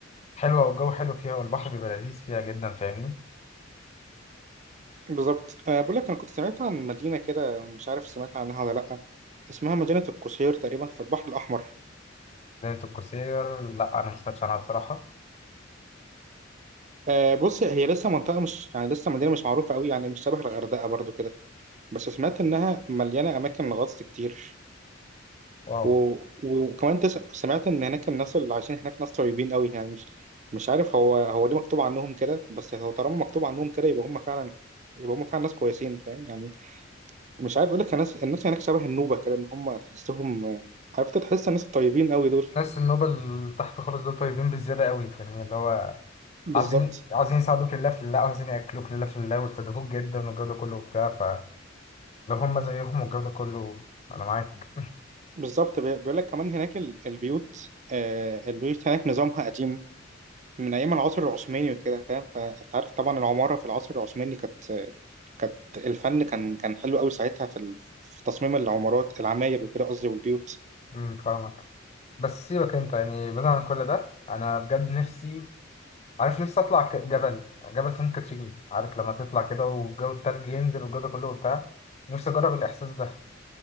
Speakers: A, on the left; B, on the right.
A: حلوة والجو حلو فيها والبحر بيبقى لذيذ فيها جدا فاهمني
B: بالظبط آه، بقول لك أنا كنت سمعت عن مدينة كده مش عارف سمعت عنها ولا لأ اسمها مدينة القصير تقريبا في البحر الأحمر
A: ليلة القصير لا أنا مستمتعش عنها بصراحة
B: آه، بص هي لسه منطقة مش يعني لسه مدينة مش معروفة قوي يعني مش شبه الغردقة برضو كده بس سمعت انها مليانه اماكن غطس كتير
A: واو
B: و... وكمان تس... سمعت ان هناك الناس اللي عايشين هناك ناس طيبين قوي يعني مش مش عارف هو هو ليه مكتوب عنهم كده بس هو طالما مكتوب عنهم كده يبقى هم فعلا يبقى هم فعلا ناس كويسين فاهم يعني مش عارف اقول لك الناس الناس هناك شبه النوبه كده ان هم تحسهم عرفت تحس الناس الطيبين قوي دول
A: ناس النوبة اللي تحت خالص دول طيبين بالزيادة قوي فاهمني اللي هو
B: بالظبط
A: عايزين عايزين يساعدوك لله في الله وعايزين يأكلوك لله في الله ويستضيفوك جدا والجو ده كله وبتاع فلو هم زيهم والجو ده كله أنا معاك
B: بالظبط بي- بيقول لك كمان هناك ال- البيوت آه البيوت هناك نظامها قديم من ايام العصر العثماني وكده فاهم فانت عارف طبعا العماره في العصر العثماني كانت كانت الفن كان كان حلو قوي ساعتها في ال- في تصميم العمارات العماير وكده قصدي والبيوت
A: أمم، فاهمك بس سيبك أنت يعني بعيد عن كل ده أنا بجد نفسي عارف نفسي اطلع ك- جبل جبل سانت كاترين عارف لما تطلع كده والجو التلج ينزل والجو ده كله وبتاع نفسي اجرب الاحساس ده